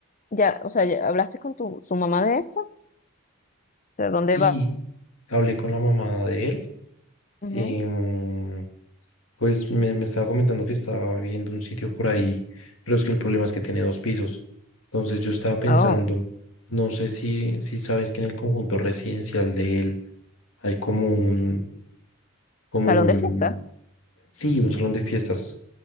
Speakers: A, on the left (about 35°); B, on the left (about 70°).
A: ya, o sea, ya hablaste con tu su mamá de eso, o sea, ¿dónde
B: sí
A: va?
B: hablé con la mamá de él.
A: Ujú.
B: em, pues me, me estaba comentando que estaba viendo un sitio por ahí, pero es que el problema es que tiene dos pisos. Entonces yo estaba pensando,
A: Oh,
B: no sé si, si sabes que en el conjunto residencial de él hay como un, como
A: salón
B: un,
A: de fiesta.
B: sí, un salón de fiestas.